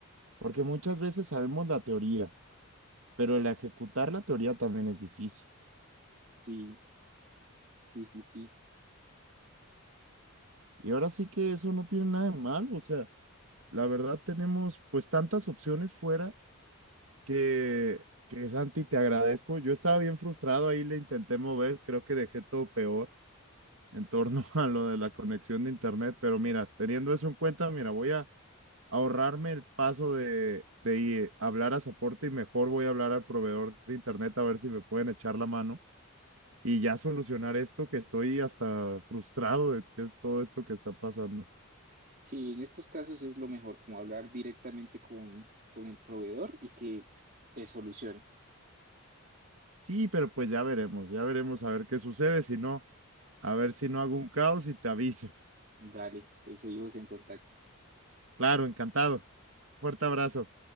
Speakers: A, on the right; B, on the right.
A: Porque muchas veces sabemos la teoría, pero el ejecutar la teoría también es difícil.
B: Sí, sí, sí, sí.
A: Y ahora sí que eso no tiene nada de mal, o sea, la verdad tenemos pues tantas opciones fuera que, que Santi, te agradezco. Yo estaba bien frustrado, ahí le intenté mover, creo que dejé todo peor en torno <laughs> a lo de la conexión de internet, pero mira, teniendo eso en cuenta, mira, voy a ahorrarme el paso de, de ir- a hablar a soporte y mejor voy a hablar al proveedor de internet a ver si me pueden echar la mano y ya solucionar esto que estoy hasta frustrado de que es todo esto que está pasando.
B: Sí, en estos casos es lo mejor, como hablar directamente con, con el proveedor y que te solucione.
A: Sí, pero pues ya veremos, ya veremos a ver qué sucede, si no, a ver si no hago un caos y te aviso.
B: Dale, entonces seguimos en contacto.
A: Claro, encantado. Fuerte abrazo.